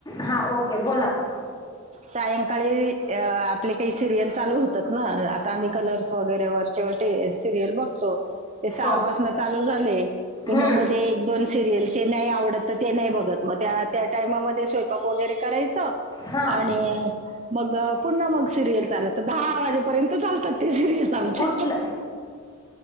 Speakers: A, on the left; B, on the right.
A: हा ओके बोला बघ.
B: सायंकाळी आपले काही सिरियल चालू होतात ना आता आम्ही कलर्स वगैरे व छटे सिरयल बघतो. ते सहापासन
A: ओके
B: चालू झाले कि
A: हम्म
B: मग मध्ये एक दोन सिरियल ते नाही आवडत तर ते नाही बघत म त्या त्या टायमामध्ये स्वयपाक वगैरे करायच आणि
A: हा
B: मग पुन्हा मग, सिरियल चालयचं दहा वाजेपर्यंत चालतात ते सिरियल आमचे.
A: कुठल्या